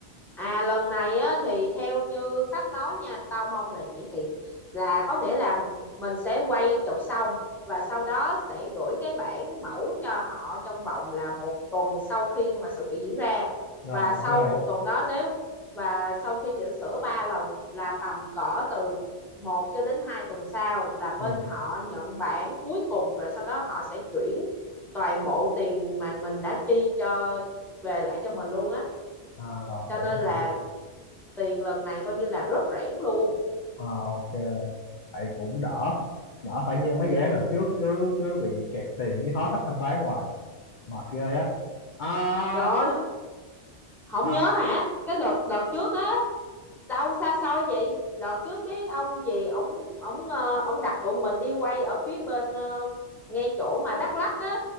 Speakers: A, in the centre; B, on the left.
A: à lần này á thì theo như khách nói nha tao mong là vậy thiệt là có nghĩa là mình sẽ quay chụp xong và sau đó sẽ gửi cái bản mẫu cho họ trong vòng là một tuần sau khi mà sự kiện diễn ra
B: rồi
A: và sau
B: ok
A: một tuần đó nếu và sau khi chỉnh sửa ba lần là tầm cỡ từ một cho đến hai tuần sau là
B: ừ.
A: bên họ nhận bản cuối cùng rồi sau đó họ sẽ chuyển toàn bộ tiền mà mình đã chi cho về lại cho mình luôn á
B: à, rồi
A: cho nên
B: hiểu hiểu
A: là tiền lần này coi như là rất rẽn luôn
B: à, ok vậy cũng đỡ đỡ phải như mấy dự án
A: ừ
B: lần trước cứ cứ bị kẹt tiền với khó khách thanh toán hoài mệt ghê á à,
A: trời ơi không
B: sao
A: nhớ hả cái đợt đợt trước á đâu xa xôi vậy đợt trước cái ông gì ổng ổng ờ, ổng đặt tụi mình đi quay ở phía bên ờ, ngay chỗ mà Đắk Lắk á